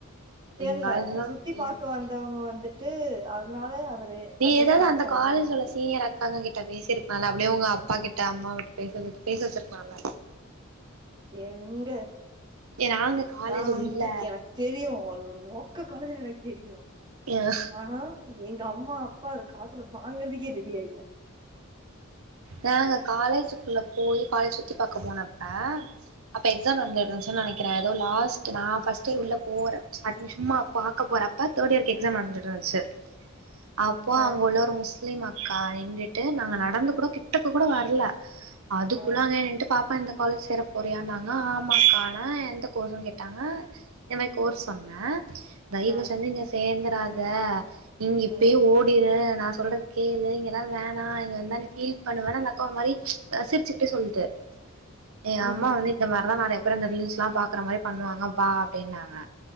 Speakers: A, on the right; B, on the right.
A: தெர்ல
B: எங்க காலேஜ்லா
A: சுத்தி பாக்க
B: எங்
A: வந்தவங்க வந்துட்டு அதனால அவரு
B: நீங்க
A: அட்ரஸ்
B: எதாவ்து
A: காமிச்சாருன்னு
B: அந்த காலேஜ்ல
A: நெனைக்கிறே
B: உள்ள சீனியர் அக்காங்க கிட் ட பேசி இருக்கலான்ல அப்டியே உங்க அப்பா கிட்ட அம்மாவ வுட் பேச வெச் பேச வெச்சிருக்லா இல்ல
A: எங்க
B: ஏ நாங்க காலேஜ்
A: நா வந்துட்டு
B: உள்ள
A: எனக்கு தெரியு அது ஒரு மொக்க காலேஜ்னு எனக் தெரியு
B: யா
A: ஆனா எங்க அம்மா அப்பா அத காதுல வாங்குறதுக்கே ரெடியா இல்ல
B: நாங்க காலேஜிக்குள்ள போயி காலேஜ் சுத்தி பாக்க போனப்ப அப்ப எக்ஸாம் நடந்துட்ருன்சுன் நெனைக்குற ஏதோ லாஸ்ட் நா ஃபஸ்டே உள்ள போற அப்ப சும்மா பாக்க போறப்ப தேர்ட்யியர்கு எக்ஸாம் நடந்துட்ருந்துச்சி அப்போ
A: ஆ
B: அங்க உள்ள ஒரு முஸ்லிம் அக்கா எங்கிட்ட நாங்க நடந்து கூட கிட்டக்க கூட வர்ல அதுக்குல்லானே
A: ஆ
B: என்ட்டு பாப்பா இந்த கால்ஜ்சேர போறியான்னாங்க ஆமாக்கான எந்த கோர்ஸ்ன் கேட்டாங்க என்ன கோர்ஸ் சொன்ன தயவு
A: ஆ
B: செஞ்சி இங்க சேந்துராத இங் இப்பயே
A: ஓ
B: ஓடிரு நா சொல்றக் கேளு இங்கலா வேணா இங்க வந்தா நீ பீல் பண்ணுவ அந்தக்கா ஒரு மாரி சிரிச்சுக்கிட்டே சொல்து எங் அம்மா
A: ம்
B: வந்து இந்த மாரிதா நறைய பேரு இந்த ரீல்ஸ்ல்லா பாக்கறமாரி பண்ணுவாங்க வா அப்டின்னாங்க